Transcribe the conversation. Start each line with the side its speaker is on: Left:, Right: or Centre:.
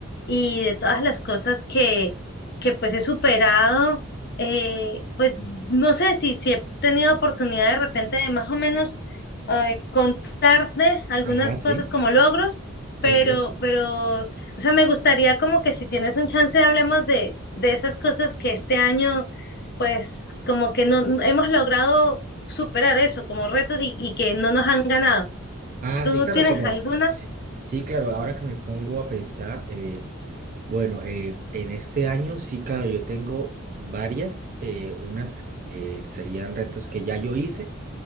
Left: y de todas las cosas que, que pues he superado. Eh, pues no sé si, si he tenido oportunidad de repente de más o menos eh, contarte algunas
Right: Ajá, sí,
Left: cosas como logros,
Right: sí,
Left: pero,
Right: sí.
Left: pero, o sea, me gustaría como que si tienes un chance hablemos de, de esas cosas que este año pues como que no no- hemos logrado superar eso como retos y, y que no nos han ganado.
Right: Ah,
Left: ¿Tú
Right: sí, claro,
Left: tienes
Right: como,
Left: alguna?
Right: sí, sí, claro, ahora que me pongo a pensar, eh, bueno, eh, en este año sí, claro, yo tengo varias, eh, unas eh, serían retos que ya yo hice